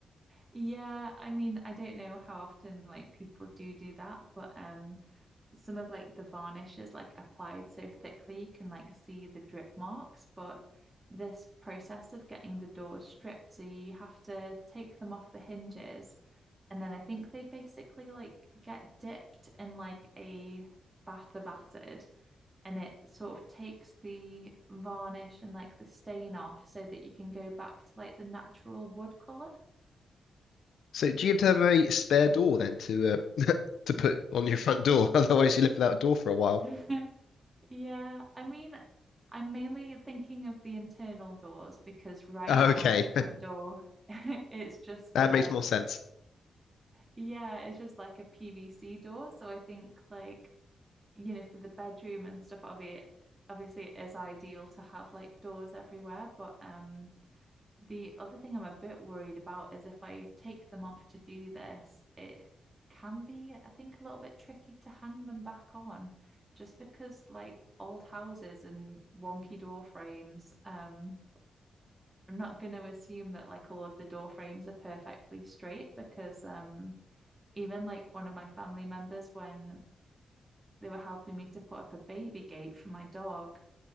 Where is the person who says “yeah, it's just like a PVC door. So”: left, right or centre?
Right